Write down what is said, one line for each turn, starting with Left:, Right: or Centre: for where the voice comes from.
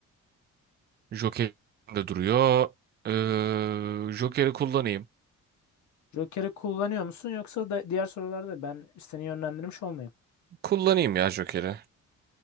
Right: Joker de duruyor. Ee, Joker'i kullanayım.
Left: Joker'i kullanıyor musun yoksa da diğer sorularda ben seni yönlendirmiş olmayayım.
Right: Kullanayım ya Joker'i.